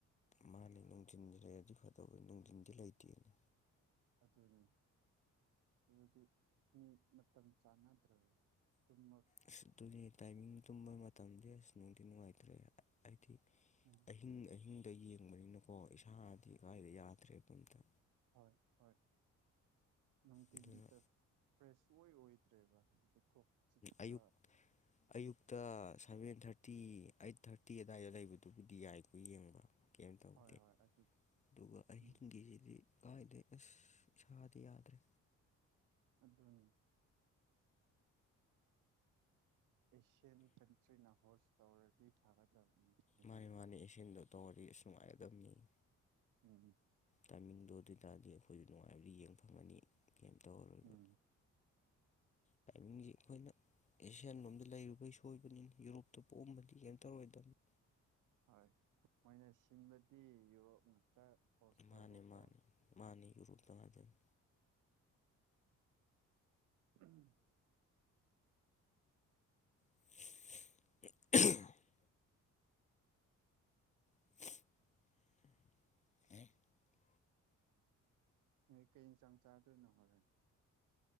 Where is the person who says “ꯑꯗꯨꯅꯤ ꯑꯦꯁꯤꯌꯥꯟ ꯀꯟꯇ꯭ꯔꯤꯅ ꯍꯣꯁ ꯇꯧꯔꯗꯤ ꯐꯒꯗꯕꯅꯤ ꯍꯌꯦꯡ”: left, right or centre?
Right